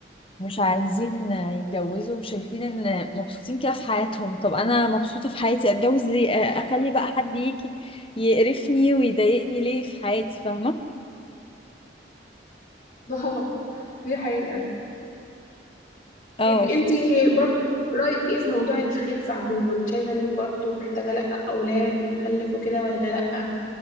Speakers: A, on the left (about 30°); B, on the left (about 50°).
A: مش عايزين آه، يتجوزوا وشايفين ان مبسوطين كده في حياتهم طب انا مبسوطه في حياتي اتجوز ليه آه، اخلي بقى حد يجي يقرفني ويضايقني ليه في حياتي فاهمه
B: <laughs> اه دي حقيقة
A: اه
B: طيب انتي برضو رأيك ايه في موضوع الخلفة عموما شايفة انك برضو محتاجة لأ أولاد ونخلف وكده ولا لأ